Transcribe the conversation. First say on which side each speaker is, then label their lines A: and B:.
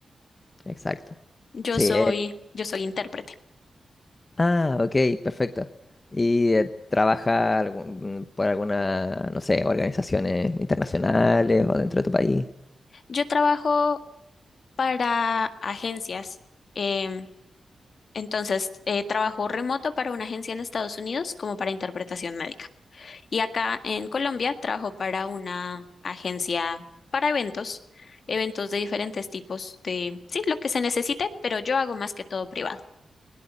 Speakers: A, on the left; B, on the left.
A: Exacto.
B: Yo
A: Sí,
B: soy,
A: eh,
B: yo soy intérprete.
A: Ah, ok, perfecto. ¿Y eh, trabaja algún- por alguna, no sé, organizaciones internacionales o dentro de tu país?
B: Yo trabajo para agencias. Em, entonces, eh, trabajo remoto para una agencia en Estados Unidos como para interpretación médica. Y acá en Colombia trabajo para una agencia para eventos, eventos de diferentes tipos de, sí, lo que se necesite, pero yo hago más que todo privado.